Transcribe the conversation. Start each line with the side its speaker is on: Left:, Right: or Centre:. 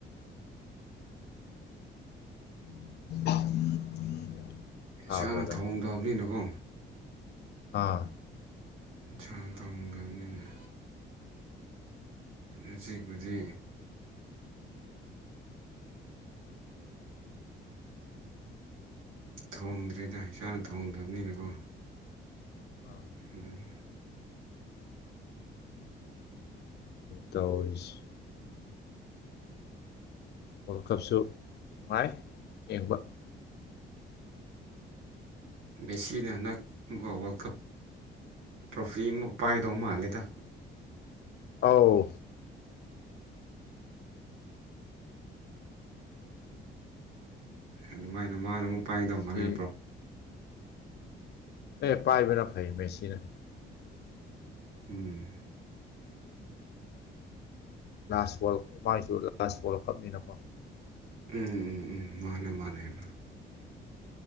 Left: <inaudible>
Right: ꯏꯁꯥꯅ
Left: ꯕ꯭ꯔꯗꯔ
Right: ꯊꯣꯡꯗꯕꯅꯤꯅꯀꯣ
Left: ꯑꯥ
Right: ꯏꯁꯥꯅ ꯊꯣꯡꯗꯕꯅꯤꯅ ꯉꯁꯤꯕꯨꯗꯤ ꯊꯣꯡꯗ꯭ꯔꯤꯗ ꯏꯁꯥꯅ ꯊꯣꯡꯗꯕꯅꯤꯅꯀꯣ
Left: ꯑꯥ
Right: ꯎꯝ
Left: ꯇꯧꯔꯁꯤ ꯋꯥꯔꯜ ꯀꯞꯁꯨ ꯅꯨꯡꯉꯥꯏ ꯌꯦꯡꯕ
Right: ꯃꯦꯁꯤꯅ ꯍꯟꯗꯛ ꯀꯣ ꯋꯥꯔꯜ ꯀꯞ ꯇ꯭ꯔꯣ ꯐꯤ ꯑꯃ ꯄꯥꯏꯗꯧ ꯃꯥꯜꯂꯦꯗ
Left: ꯑꯧ
Right: ꯑꯗꯨꯃꯥꯏꯅ ꯃꯥꯅ ꯑꯃꯨꯛ ꯄꯥꯏꯒꯗꯧ
Left: ꯃꯦꯁꯤ
Right: ꯃꯥꯟꯕ꯭ꯔꯣ
Left: ꯑꯦ ꯄꯥꯏꯕꯅ ꯐꯩ ꯃꯦꯁꯤꯅ
Right: ꯎꯝ
Left: ꯂꯥꯁ ꯕꯣꯜ ꯃꯥꯢꯁꯨ ꯂꯥꯁ ꯋꯥꯔꯜ ꯀꯞꯅꯤꯅꯀꯣ
Right: ꯎꯝ ꯎꯝ ꯎꯝ ꯃꯥꯅꯦ ꯃꯥꯅꯦ